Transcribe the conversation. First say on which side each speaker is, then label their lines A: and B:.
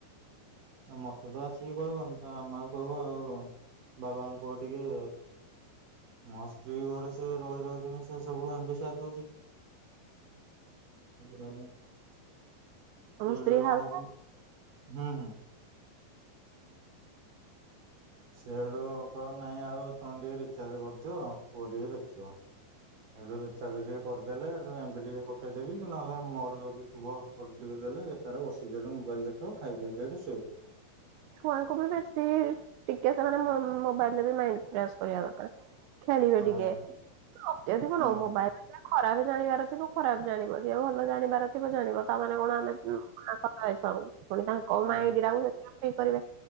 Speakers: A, on the right; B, on the right.
A: ଆ ମତେ ତ ଆସିକି କହିବନି ତା ମାମକୁ କହିବ ଆଉ ବାବାଙ୍କୁ କୁହ ଟିକେ ମୋ ସ୍ତ୍ରୀ ଘରେ ସେ ରହି ରହିକିନି ସେ ସବୁ ଏମବି ସାରି ଦଉଛି। <unintelligible>
B: ଆମ
A: ସେଇଠୁ
B: ସ୍ତ୍ରୀ ହାଉସ
A: ହୁଁ ହୁଁ। ସେଠୁ କହିବ ନାଇଁ ଆଉ ତମେ ଟିକେ ରିଚାର୍ଜ କରିଦିିବ ପୁଅ ଟିକେ ଦେଖିବ। ସେଠୁ ରିଚାର୍ଜ ଟିକେ କରିଦେଲେ ଏଠୁ ଏମବି ଟିକେ ପକେଇଦେବି କି ନହେଲେ ମୋର ଯଦି ଥିବ କରି ଟିକେ ଦେଲେ ସେ ତାର ବସିକି ତାର ମୋବାଇଲ ଦେଖିବ ଖାଇପିଇକି ଶୋଇବ।
B: ଛୁଆଙ୍କୁ ବି ବେଶୀ ଟିକେ ସେମାନେ ମୋବାଇଲ ରେ ବି ମାଇଣ୍ଡ ଫ୍ରେସ୍ କରିବା ଦରକାର। ଖେଳିବେ
A: ହଁ
B: ଟିକେ ଅତ୍ୟଧିକ
A: ହଁ
B: ନ ମୋବାଇଲରେ ଖରା ବି ଜାଣିବାର ଥିବ ଖରାପ ଜାଣିବ ଯିଏ ଭଲ ଜାଣିବାର ଥିବ ଜାଣିବ ତାମାନେ କଣ ଆମେ <unintelligible> ହୋଉ
A: ହୁଁ
B: ମାଇଣ୍ଡ ଟାକୁ ତ ଫ୍ରି କରିବେ